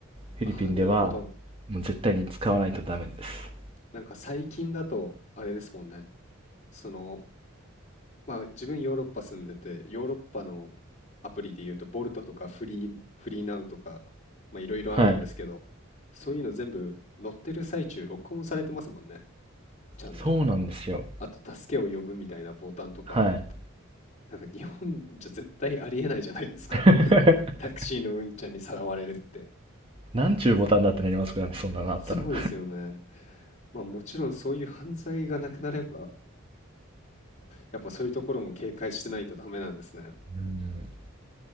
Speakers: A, on the right (about 25°); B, on the left (about 35°).
A: フィリピンでは、
B: ああ、なるほど。
A: もう絶対に使わないとダメです。
B: なんか最近だと、あれですもんね。その、まあ自分ヨーロッパ住んでて、ヨーロッパのアプリで言うと、ボルトとかフリー、フリーナウとか、まあいろいろあるんですけど、
A: はい。
B: そういうの全部乗ってる最中録音されてますもんね。ちゃんと。
A: そうなんですよ。
B: あと助けを呼ぶみたいなボタンとか、
A: はい。
B: なんか日本じゃ絶対ありえないじゃないですか。
A: <laughs>
B: <laughs> タクシーのうんちゃんにさらわれるって。
A: なんちゅうボタンだってなりますからね、そんなのあったら。
B: そうですよね。まあもちろんそういう犯罪がなくなれば、やっぱそういうところも警戒してないとダメなんですね。
A: うん。